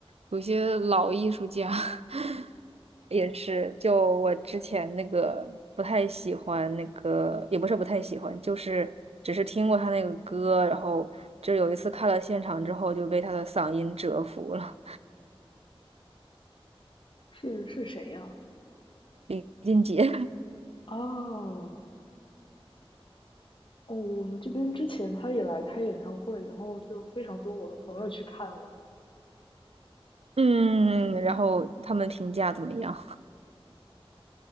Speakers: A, on the right (about 85°); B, on the left (about 55°).
A: 有些老艺术家 <laughs> 也是，就我之前那个不太喜欢那个，也不是不太喜欢，就是只是听过他那个歌，然后就有一次看了现场之后就被他的嗓音折服了，
B: 是是谁呀？
A: 李俊杰。<laughs>
B: 啊，哦，我们这边之前他也来开演唱会，然后就非常多我的朋友去看了。
A: 嗯，然后他们评价怎么样？